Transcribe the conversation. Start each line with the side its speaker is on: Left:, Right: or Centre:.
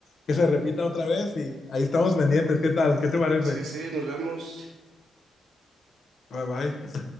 Left: que se repita otra vez y ahí estamos pendientes. ¿Qué tal? ¿Qué te parece?
Right: Sí, sí, nos vemos.
Left: Bye bye.